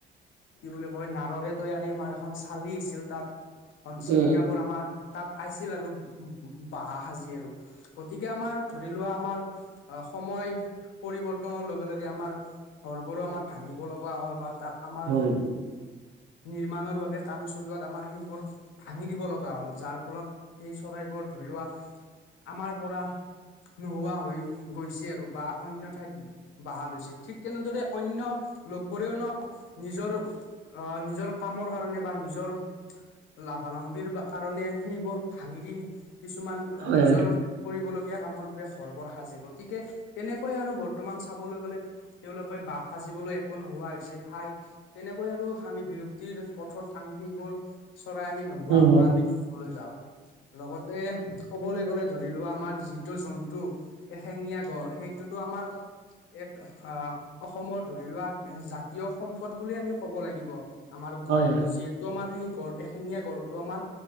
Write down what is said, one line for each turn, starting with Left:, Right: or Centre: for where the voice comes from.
Left: কি বুলি নাৰৰে তৈয়াৰী আমাৰ এখন চালি আছিল তাত ঘনচিৰিকাবোৰ
Right: উম
Left: আমাৰ তাত আইছিল আৰু বহা সাজি আৰু, গতিকে আমাৰ ধৰি লোৱা আমাৰ অ সময় পৰিৱৰ্তনৰ লগে লগে আমাৰ ঘৰবোৰো আমাৰ ভাঙিব লগা হ'ল বা তাত আমাৰ
Right: হয়
Left: নিৰ্মণৰ বাবে কাম চলোৱাত আমাৰ সেইবোৰ ভাঙি দিব লগা হ'ল। যাৰ ফলত সেই চৰাইবোৰ ধৰি লোৱা আমাৰ পৰা নোহোৱা হৈ গৈছে আৰু বা অনন্য ঠাইত বাহ লৈছে। ঠিক তেনেদৰে অনন্য লগবোৰেও ন নিজৰ অ নিজৰ কামৰ কাৰণে বা নিজৰ লাভা লা কৰণে ভাঙি দি কিছুমান
Right: হয়
Left: নিজৰ কৰি কামৰ বাবে ঘৰ বৰ সাজিব, গতিকে তেনেকৈ আৰু বৰ্তমান চাবলৈ গ'লে তেওঁলোকে বাহ সাজে জিবলৈ একো নোহোৱা হৈছে ঠাই তেনে কৈ আৰু আমি বিৰপ্তিৰ পথত আমি সেইবোৰ চৰাই আমি নোহোৱা
Right: হয় হয়
Left: হোৱা
Right: হয়
Left: আমি দেখিবলৈ পাওঁ। লগতে ক'বলৈ গ'লে ধৰি লোৱা আমাৰ যিটো জন্তু এশেঙীয়া গড় সেইটোতো আমাৰ এক আহ অসমত ধৰি লোৱা জাতীয় সম্পদ বুলিুল আমি কব লাগিব আমাৰ গড়তটো
Right: হয় হয় হয়
Left: যিহেতু আমাৰ সেই গড় এশেঙীয়া গড়টো আমাৰ